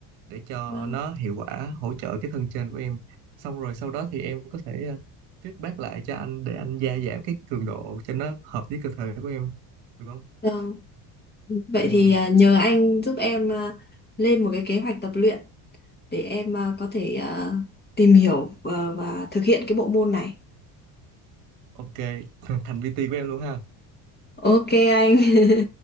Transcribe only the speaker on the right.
để cho
nó hiệu quả hỗ trợ cái thân trên của em xong rồi sau đó thì em có thể ờ, feedback lại cho anh để anh gia giảm cái cường độ cho nó hợp với cơ thể của em được không
Ừm,
ok <laughs> thành VT của em luôn ha